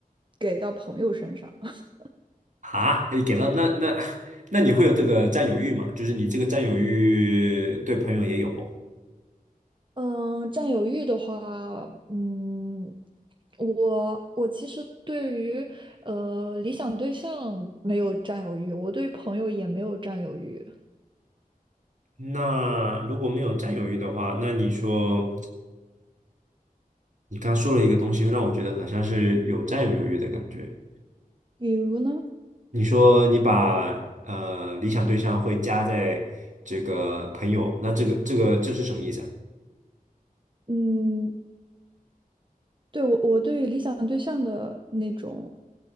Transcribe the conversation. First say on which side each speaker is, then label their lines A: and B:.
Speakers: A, on the right (about 35°); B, on the right (about 55°).
A: 给到朋友身上。<laughs>
B: 啊，你给了那那那你会有这个占有欲吗？就是你这个占有欲对朋友也有。
A: 嗯，占有欲的话，嗯，我我其实对于呃理想对象没有占有欲，我对朋友也没有占有欲。
B: 那如果没有占有欲的话，那你说你刚说了一个东西，让我觉得好像是有占有欲的感觉。
A: 比如呢？
B: 你说你把呃理想对象会加在这个朋友，那这个这个这是什么意思啊？
A: 嗯。对，我，我对于理想对象的那种，